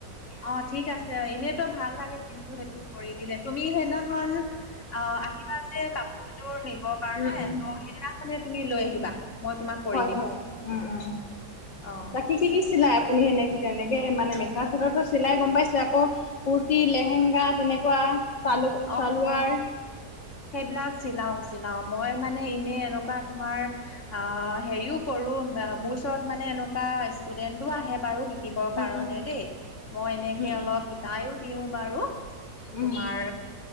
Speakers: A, on the left; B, on the left.
A: অ ঠিক আছে অ এনেতো ভাল লাগে কিন্তু সেইটো কৰি দিলে, তুমি সেই দিনাখন অ আহিবা যে কাপোৰযোৰ নিব কাৰণে
B: উম উম
A: ত সেইদিনা মানে তুমি লৈ আহিবা মই তোমাক কৰি
B: হয়
A: দিম।
B: হয় উম উম
A: অ।
B: বাকী কি কি চিলায়? আপুনি সেনেকে তেনেকে মানে মেখেলা চাদৰটো চিলাই গ'ম পাইছোঁ। আকৌ কুৰ্তি, লেহেংগা তেনেকুৱা চালু
A: অ'অ'
B: চালোৱাৰ
A: সেইবিলাক চিলাওঁ চিলাওঁ। মই মানে এনে এনেকুৱা তোমাৰ অ' হেৰিও কৰোঁ মোৰ ওচৰত মানে এনেকুৱা ষ্টুডেন্টও আহে বাৰু দিবৰ
B: উম
A: কাৰণে
B: উম
A: দেই। মই এনেকে
B: উম
A: অলপ শিকাইও দিওঁ বাৰু।
B: উম
A: তোমাৰ